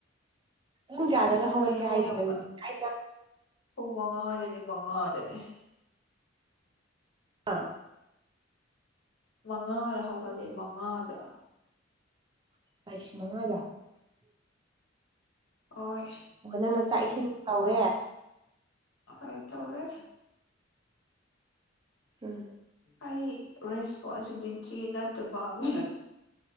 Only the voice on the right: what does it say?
ꯄꯨꯡ ꯀꯌꯥꯗꯒ
ꯍꯧꯒꯠꯀꯦ
ꯍꯥꯏꯁꯦ ꯅꯪꯗꯤ ꯍꯥꯏꯗ
ꯑꯥ
<unintelligible>
ꯑꯣꯍ ꯅꯪꯅ ꯆꯥꯛ ꯏꯁꯤꯡ ꯇꯧꯔꯦ
ꯎꯝ